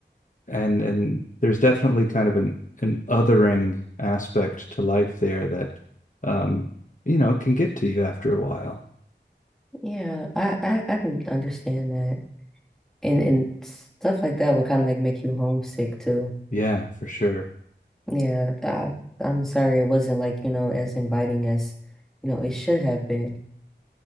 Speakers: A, on the left; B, in the centre.
A: and and there's definitely kind of an an othering aspect to life there that um you know can get to you after a while
B: Yeah, I, I, I can understand that. And and stuff like that would kind of like make you homesick too.
A: yeah for sure
B: Yeah, I, I'm sorry it wasn't like, you know, as inviting as, you know, it should have been.